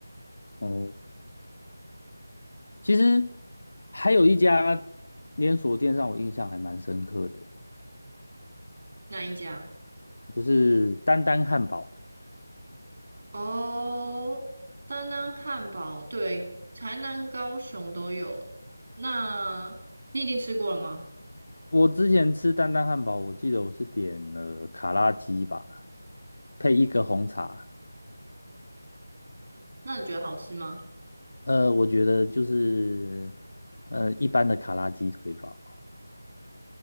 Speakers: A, on the left (about 55°); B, on the right (about 40°).
A: 哦，其实还有一家连锁店让我印象还蛮深刻的，
B: 那一家。
A: 就是丹丹汉堡。
B: 哦，丹丹汉堡，对，台南、高雄都有。那你已经吃过了吗？
A: 我之前吃丹丹汉堡，我记得我是点了卡拉鸡吧，配一个红茶。
B: 那你觉得好吃吗？
A: 呃，我觉得就是呃一般的卡拉鸡腿堡